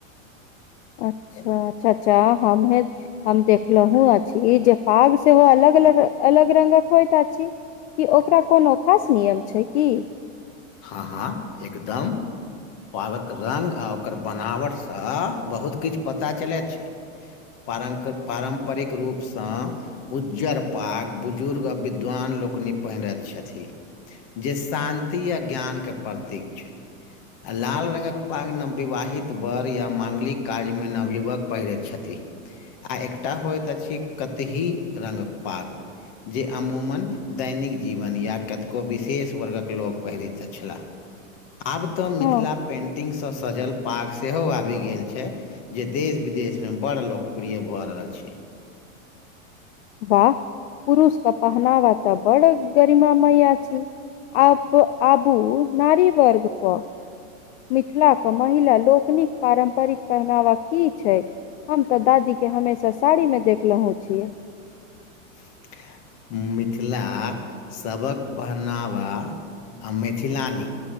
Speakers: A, on the left; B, on the left.
A: अच्छा चचा हमहुं हम देखलहुँ अछि जे पाग सेहो अलग अऽ अलग रंगक होइत अछि। की ओकरा कोनो खास नियम छै की।
B: हँ हँ एकदम। पागक रंग आ ओकर बनावटसँ बहुत किछु पता चलै छैय पारम पारम्परिक रूपसँ उज्जर पाग बुजुर्ग आ विद्वान लोकनि पहिरैत छथि। जे शान्ति आ ज्ञानकऽ प्रतीक छै। आ लाल रंगक पाग नवविवाहित वर या मांगलिक काजमे नवयुवक पहिरैत छथिन। आ एकटा होयइत अछि कतही रंगक पाग जे अमूमन दैनिक जीवन या कतको विशेष वर्गक लोक पहिरैत छला। आब तऽ मिथिला
A: हँ
B: पेन्टिंगसँ सजल पाग सेहो आबि गेल छै। जे देश विदेश मे बड़ लोकप्रिय भए रहल छैय।
A: वाह पुरुषक पहनावा तऽ बड़ गरिमामय छी। आब आबू नारी वर्ग पऽ मिथिलाक कऽ महिला लोकनिक पारम्परिक पहनावा की छै। हम तऽ दादी कऽ हमेशा साड़ी मे देखलहुं छियै।
B: <unintelligible> मिथिलाक सभक पहनावा आ मैथिलानी